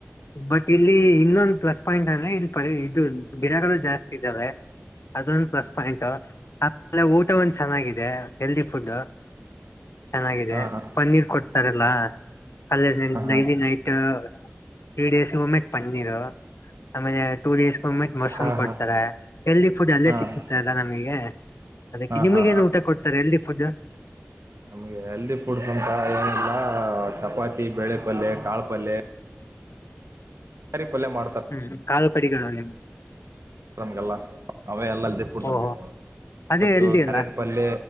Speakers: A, on the left; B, on the right.
A: ಬಟ್ ಇಲ್ಲಿ ಇನ್ನೊಂದು ಪ್ಲಸ್ ಪಾಯಿಂಟ್ ಇದು ಪರಿ ಇದು ಗಿಡಗಳು ಜಾಸ್ತಿ ಅದೊಂದು ಪ್ಲಸ್ ಪಾಯಿಂಟ್ ಆಮೇಲೆ ಊಟ ಒಂದ ಚೆನ್ನಾಗಿದೆ ಹೆಲ್ದಿ ಫುಡ್ ಚೆನ್ನಾಗಿದೆ
B: ಹಾ ಹಾ
A: ಪನ್ನೀರ್ ಕೊಡ್ತಾರಲ್ಲ ಕೇಜೈಲಿ
B: ಹಾ
A: ನೈಟ್ ತ್ರೀ ಡೇಸ್ ಒಮ್ಮೆ ಪನ್ನೀರು ಆಮೇಲೆ ಟೂ ಡೇಸ್ಗೆಂದ್ಿಟ್ ಮಶ್ರೂಮ್
B: ಹಾ
A: ಕೊಡ್ತಾರೆ
B: ಹಾ ಹಾ
A: ಹೆಲ್ದಿ ಫುಡ್ ಅಲ್ಲೇ
B: ಹಾ
A: ಸಿಗುತ್ತೆ ಅಲ್ಲಾ ನಮಗೆ ಅದಕ್ಕೆ
B: ಹಾ
A: ನಿಮಗ
B: ಹಾ
A: ಏನು ಊಟ ಕೊಡ್ತಾರೆ ಎಲ್ದಿ ಫುಡ್
B: ನಮ್ಗೆ ಹೆಲ್ದಿ ಫುಡ್ಸ್ ಅಂತ ಏನಿಲ್ಲ ಹ ಚಪಾತಿ ಬೆೇಳೆ ಪಲ್ಯ ಕಾಳ ಪಲ್ೆ ಪಲ್ಯ ಮಾಡ್ತಾರೆ
A: ಹ್ಮ್ ಕಾಲು ಕಡಿಗಳು ನಿಮ್ಗೆ
B: ಅನ್ ಕಲ್ಲ ಅವೇ ಎಲ್ಲಲ್ಲದೆಫುಡ್ ನಮಗೆ
A: ಓಹೋ ಅದೇ
B: ಇವತ್ತು
A: ಹೆಲ್ದಿ
B: ಕ್ಯಾರೆಟ್
A: ಅಲ್ಲ
B: ಪಲ್ಯ